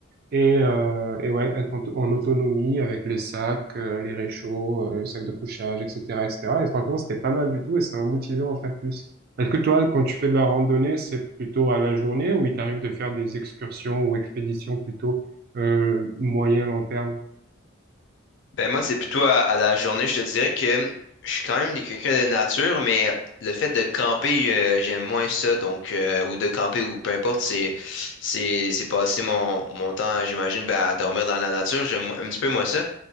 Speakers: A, on the right; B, on the left.
A: Et, euh, et ouais, être en, en autonomie avec les sacs, euh, les réchauds, euh, le sac de couchage, etc., etc. Et cetera. Et franchement, c'était pas mal du tout et ça m'a motivé à en faire plus. Est-ce que toi, quand tu fais de la randonnée, c'est plutôt à la journée ou il t'arrive de faire des excursions ou expéditions plutôt euh, moyen, long terme?
B: Ben moi, c'est plutôt à, à la journée. Je te dirais que euh, je suis quand même des- quelqu'un de nature, mais le fait de camper, euh, j'aime moins ça. Donc, euh, ou de camper ou peu importe, c'est c'est c'est passer mon, mon temps, j'imagine, ben, à dormir dans la nature. J'aime un petit peu moins ça.